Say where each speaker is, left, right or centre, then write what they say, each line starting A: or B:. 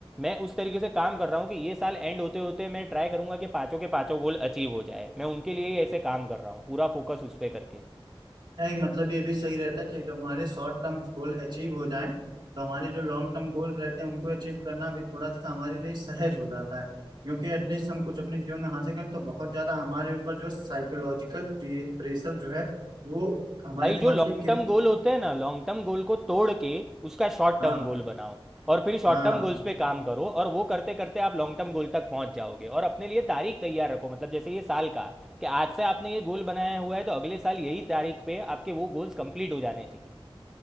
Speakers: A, in the centre; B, on the right (about 55°).
A: मैं उस तरीके से काम कर रहा हूँ कि ये साल एंड होते होते मैं ट्राई करूँगा कि पाँचों के पाँचों गोल अचीव हो जाए मैं उनके लिए ही ऐसे काम कर रहा हूँ पूरा फोकस उस पर करके
B: नहीं मतलब ये भी सही रहता कि जो हमारे शॉर्ट टर्म गोल अचीव हो जाएं तो हमारे जो लॉन्ग टर्म गोल्स रहते हैं उनको अचीव करना भी थोड़ा सा हमारे लिए सहज हो जाता है क्योंकि एटलीस्ट हम कुछ अपने जीवन में हासिल करें तो बहुत ज्यादा हमारे ऊपर जो साइकोलॉजिकल प्रेशर जो है वो हमारे
A: भाई
B: दिमाग
A: जो लॉन्ग
B: पे क्रि-
A: टर्म गोल होते हैं ना लॉन्ग टर्म गोल को तोड़ के उसका शॉर्ट
B: हाँ
A: टर्म गोल बनाओ और फिर शॉर्ट
B: हाँ
A: टर्म गोल्स पे काम करो और वो करते करते आप लॉन्ग टर्म गोल तक पहुंच जाओगे और अपने लिए तारीख तैयार रखो मतलब जैसे ये साल का कि आज से आपने ये गोल बनाया हुआ है तो अगले साल यही तारीख पे आपके वो गोल्स कंप्लीट हो जाने चाहिए